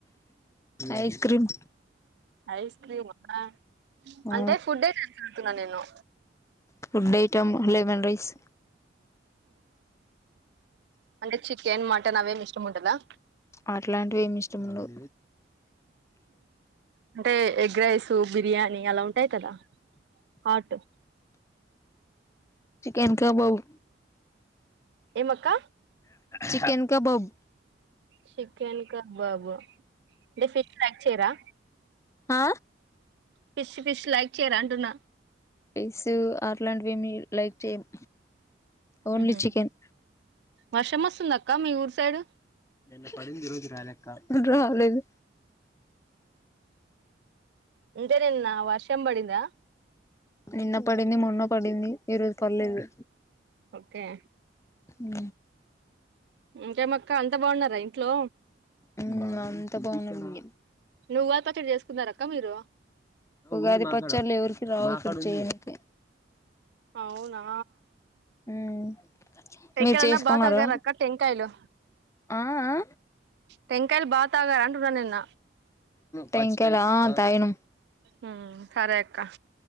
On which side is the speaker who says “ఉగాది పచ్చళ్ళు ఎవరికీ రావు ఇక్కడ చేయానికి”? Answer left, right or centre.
Left